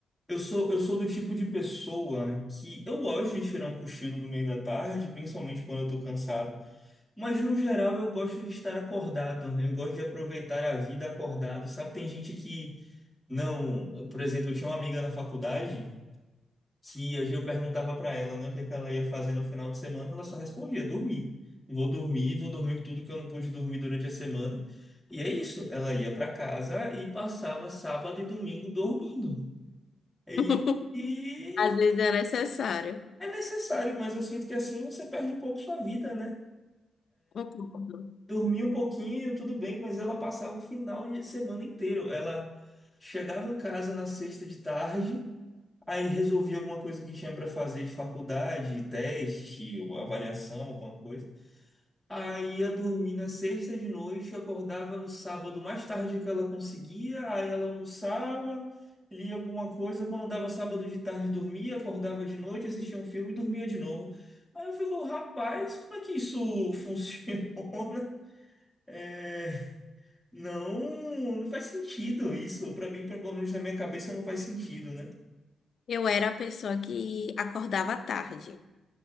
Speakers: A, in the centre; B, on the left.
A: Eu sou, eu sou do tipo de pessoa que eu gosto de tirar um cochilo no meio da tarde, principalmente quando eu tô cansado. Mas no geral eu gosto de estar acordado. né? Eu gosto de aproveitar a vida acordado. Sabe, tem gente que não. Por exemplo, eu tinha uma amiga na faculdade. que a Gil perguntava pra ela, né, o que que ela ia fazer no final de semana, ela só respondia, dormir. Vou dormir, vou dormir tudo que eu não pude dormir durante a semana. E é isso, ela ia pra casa e passava sábado e domingo dormindo. E,
B: <laughs>
A: e
B: Às
A: eu-
B: vezes é necessário.
A: é necessário, mas eu sinto que assim você perde um pouco sua vida, né?
B: Concordo.
A: Dormia um pouquinho, tudo bem, mas ela passava o final de semana inteiro. Ela chegava em casa na sexta de tarde, Aí resolvi alguma coisa que tinha para fazer de faculdade, teste, ou avaliação, alguma coisa. Aí ia dormir na sexta de noite, acordava no sábado mais tarde que ela conseguia, aí ela almoçava, lia alguma coisa, quando dava sábado de tarde dormia, acordava de noite, assistia um filme e dormia de novo. Aí eu fico, rapaz, como é que isso <laughs> funciona? É, não, não faz sentido isso. Para mim, pelo menos na minha cabeça, não faz sentido, né?
B: Eu era a pessoa que acordava tarde.